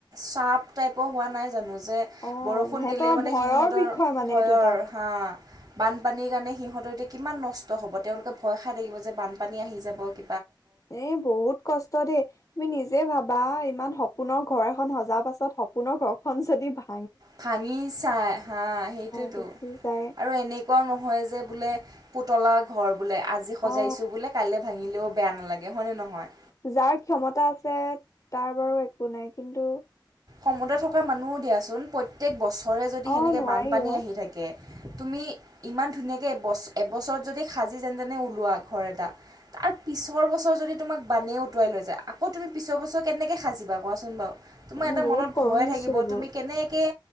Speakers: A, on the right; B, on the left.
A: চাপ টাইপৰ হোৱা নাই - জানোঁ যে
B: অ
A: বৰষুণ
B: সিহঁতৰ
A: দিলে মানে
B: ভয়ৰ
A: সিহঁতৰ
B: বিষয় মানে
A: ভয়ৰ
B: এইটো এটা
A: হা বানপানীৰ কাৰণে সিহঁত- এতিয়া কিমান নষ্ট হ'ব তেওঁলোকে ভয় খাই থাকিব যে বানপানী আহি যাব -
B: এ বহুত কষ্ট দেই তুমি নিজে ভাব - বা ইমান সপোনৰ ঘৰ এখন সজা পাছত সপোনৰ ঘৰখন যদি -
A: ভাঙি চাই হা সেইটোতো
B: গুচি যায়
A: আৰু এনেকুৱাও নহয় যে বোলে - পুতলা ঘৰ বোলে আজি সজাইছোঁ
B: অ
A: বোলে কাইলৈ ভাঙিলেও বেয়া নালাগে হয়নে নহয়।
B: যাৰ ক্ষমতা আছে তাৰ বাৰু একো নাই কিন্তু
A: সমুদ্ৰ থকা মানুহো দিয়াচোন প্ৰত্যেক বছৰে যদি
B: অ
A: সেনেকে
B: নোৱাৰি
A: বানপানী
B: অ
A: আহি থাকে। তুমি ইমান ধুনীয়াকে এবছৰত যদি সাজি যেনতেনে ওলোৱা ঘৰ এটা - আৰু পিছৰ বছৰ যদি তোমাক বানে উটুৱাই লৈ যায়। আকৌ তুমি পিছৰ বছৰ কেনেকৈ সাজিবা কোৱাচোন বাৰু। তোমাৰ
B: উম
A: এটা
B: বহুত
A: মনত
B: কৰুণ
A: ভয়
B: দৃশ্য
A: থাকিব
B: এইবোৰ
A: তুমি কেনেকৈ